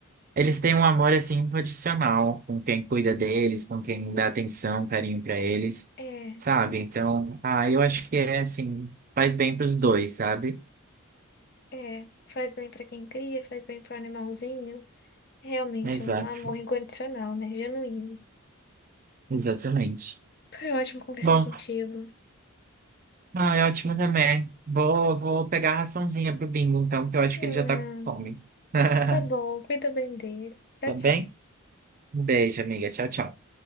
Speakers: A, on the right (about 40°); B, on the left (about 50°).
A: eles têm um amor, assim, incondicional com quem cuida deles, com quem dá atenção, carinho pra eles,
B: É,
A: sabe? Então, ah, eu acho que é, assim, faz bem pros dois, sabe?
B: é. Faz bem pra quem cria, faz bem pro animalzinho. Realmente
A: Exato,
B: um amor incondicional, né? Genuíno.
A: exatamente.
B: Foi ótimo conversar
A: Bom,
B: contigo.
A: ah, é ótimo também. Vou, vou pegar a raçãozinha pro Bingo, então, que eu acho
B: Ah,
A: que ele já tá com fome. <laughs>
B: tá bom, cuida bem dele. Tchau,
A: Tá
B: tchau.
A: bem? Um beijo, amiga. Tchau, tchau.